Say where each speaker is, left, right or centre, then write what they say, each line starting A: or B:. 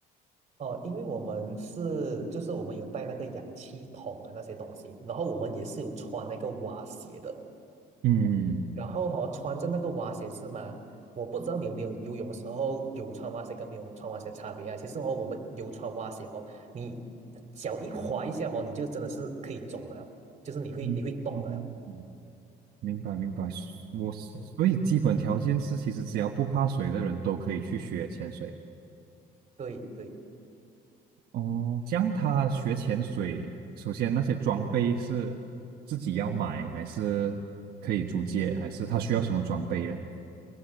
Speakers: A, on the right; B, on the right.
A: 哦，因为我们是就是我们有带那个氧气筒啊那些东西，然后我们也是有穿那个蛙鞋的。
B: 嗯
A: 然后哈、穿着那个蛙鞋是吗？我不知道你有没有游泳的时候有穿蛙鞋跟没有穿蛙鞋的差别啊。其实哦，我们有穿蛙鞋哦，你脚一滑一下哦，你就真的是可以走的了，就是你会你会动的了。
B: 嗯，嗯明白明白。我所以基本条件是，
A: 嗯，
B: 其实只要不怕水的人都可以去学潜水。
A: 对对，
B: 哦，这样他学潜水，首先那些装备是自己要买，还是可以租借，还是他需要什么装备呢？